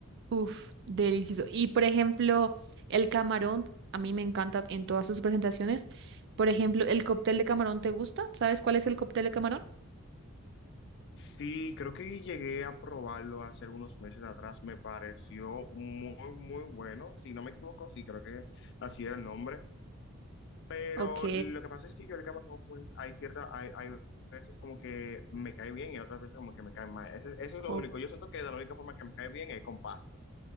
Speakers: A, on the right; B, on the left.
A: Uf, delicioso. Y por ejemplo, el camarón, a mí me encanta en todas sus presentaciones. Por ejemplo, ¿el cóctel de camarón te gusta? ¿Sabes cuál es el cóctel de camarón?
B: Sí, creo que llegué a probarlo hace algunos meses atrás. Me pareció muy, muy bueno. Si no me equivoco, sí, creo que así era el nombre. Pero
A: Ok,
B: lo que pasa es que yo el camarón, pues, hay cierta, hay, hay veces como que me cae bien y otras veces como que me cae mal. Ese- eso es lo
A: ok.
B: único. Yo siento que de la única forma que me cae bien es con pasta.